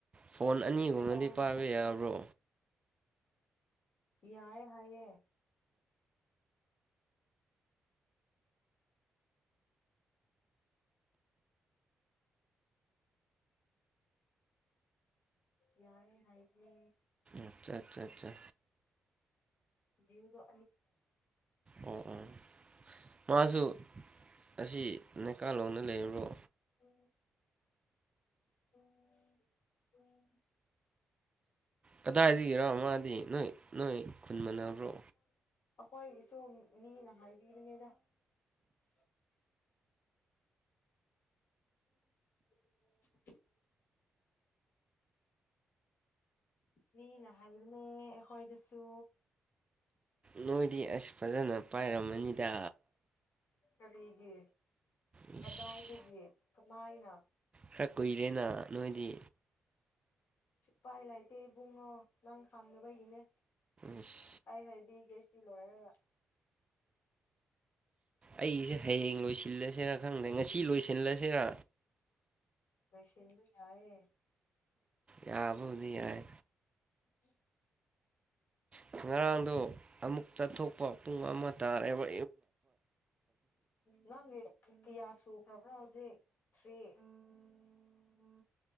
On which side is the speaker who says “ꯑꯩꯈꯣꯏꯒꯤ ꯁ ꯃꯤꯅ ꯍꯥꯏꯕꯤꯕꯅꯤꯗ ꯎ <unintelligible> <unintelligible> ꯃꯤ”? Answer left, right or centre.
Left